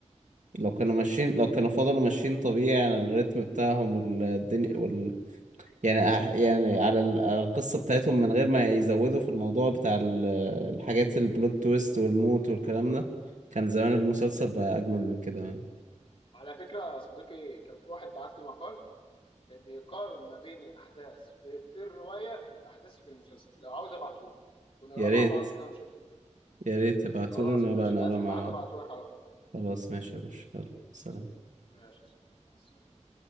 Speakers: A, on the right; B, on the left.
A: لو كانوا
B: بالظبط
A: ماشيين لو كانوا فضلوا ماشيين طبيعي على الريتم بتاعهم والدنيا وال يعني أح- يعني على ال- على القصة بتاعتهم من غير ما يزودوا في الموضوع بتاع ال- الحاجات البلوت تويست والموت والكلام ده كان زمان المسلسل بقى أجمل من كده يعني
B: على فكره يا صديقي كان في واحد بعت لي مقال بيقارن ما بين الاحداث في, في الروايه والاحداث في المسلسل لو عاوز ابعته لك ونقراه
A: يا ريت
B: مع بعض كده ونشوف ايه الدنيا
A: يا ريت تبعتولي
B: خلاص
A: ونبقى
B: ماشي
A: نقرا
B: هقفل
A: مع
B: معاك
A: بعض
B: وابعته لك على طول
A: خلاص ماشي يا باشا يلا سلام
B: ماشي يا صديقي مع السلامه